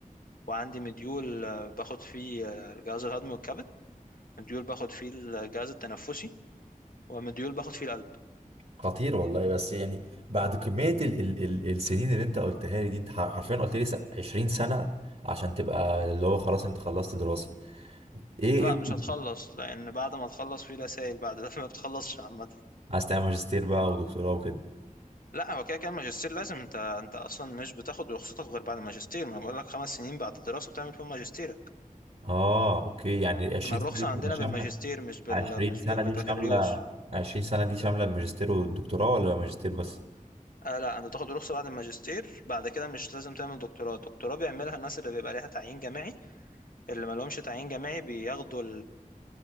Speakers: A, on the left; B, on the right.
A: وعندي مديول باخد فيه الجهاز الهضمي والكبد مديول باخد فيه الجهاز التنفسي ومديول باخد فيه القلب
B: خطير والله بس يعني بعد كمية ال ال ال السنين اللي انت قلتها لي دي انت ح- حرفيا قلت لي س- 20 سنة عشان تبقى اللي هو خلاص انت خلصت دراسة ايه ايه
A: لا مش
B: كنت
A: هتخلص لان بعد ما تخلص في رسائل بعد ده <laughs> ما بتخلصش عامه
B: عايز تعمل ماجستير بقى ودكتوراه وكده
A: لا هو كده كده الماجستير لازم انت انت اصلا مش بتاخد رخصتك غير بعد الماجستير ما أنا بقول لك خمس سنين بعد الدراسه بتعمل فيهم ماجستيرك
B: اه اوكي يعني 20
A: احنا الرخصه
B: سنة دي بتبقى
A: عندنا
B: شاملة
A: بالماجستير مش بال
B: 20
A: مش
B: سنة
A: بالبكالوريوس
B: دي شاملة 20 سنة دي شاملة الماجستير والدكتوراه ولا ماجستير بس؟
A: آه لا انت تاخد رخصه بعد الماجستير بعد كده مش لازم تعمل دكتوراه الدكتوراه بيعملها الناس اللي بيبقى ليها تعيين جامعي اللي ما لهمش تعيين جامعي بياخدوا